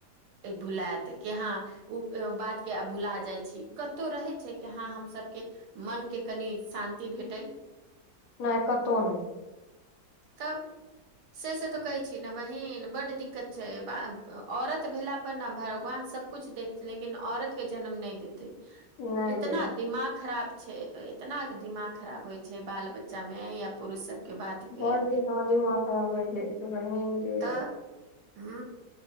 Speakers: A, on the right (about 70°); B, on the left (about 70°).
A: भुलायत कि हा ओ बात के भुला जाइ छी कतहु रहै छै कि हँ हमसके मनके कनि शान्ति भेट
B: नहि कतौ नह
A: त से से तऽ कहैत छी ने बहिन बड्ड दिक्कत छै औरत भेला प ने भगवान सभकुछ दे लेकिन औरत के जन्म नहि देतय
B: नहि
A: इतना
B: रे
A: दिमाग खरा छै एतना दिमाग खराब होइ छै बाल बच्चा में या पुरुष स के बात पे
B: बड़ दिमाग खराब होइ जाइ छै बहिन गे
A: तऽ ह